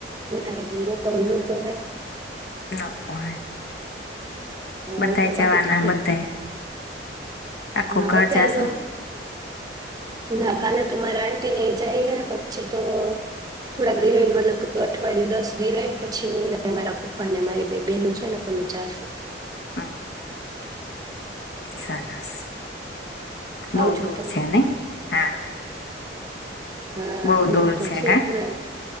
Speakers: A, on the right (about 20°); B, on the left (about 60°).
A: વધારે દીરો કવરોપો હેને
B: ના પોહાય. બધા
A: હ એટલે બાકી
B: જવાના
A: તો
B: બધાય. આખું
A: હા
B: ઘર
A: અત્યારે
B: જાશો.
A: તો ના કાલે તો મારા આંટીને જાય ગયા પછી તો થોડાક ધિરાઈ મતલબ ક અઠવાડિયું દસ ધિરાય પછીને મારા પપ્પા ને મારી બે બેહેન છે ને તમે જાશો.
B: હા. સરસ
A: આવજો
B: બહુ દૂર
A: તમે
B: છે નઈ હા
A: હા
B: બહુ દૂર
A: તો
B: છે ઘા
A: જ ને